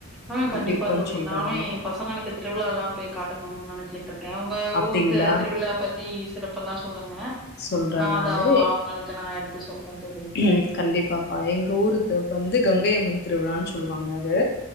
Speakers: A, in the centre; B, on the left (about 45°).
A: ஆ கண்டிப்பா
B: எப்டி இருக்குன்னு
A: தோழி
B: சொல்றேங்க
A: நானு எ பசங்களுக்கு திருவிழாலா போய் காட்டணு நெனச்சிட்ருக்கே உங்க
B: அப்டிங்களா
A: ஊர் தி திருவிழா பத் த்தி சிறப்பெல்லா சொல்லுங்க
B: சொல்றே
A: ஆ
B: நானு
A: அதா அவுங்களுக்கு நா எடுத்து சொல்றே தோழி
B: ம் கண்டிப்பாப்பா எங்க ஊருது வந்து கங்கையம்மன் திருவிழான் சொல்லுவாங்க அது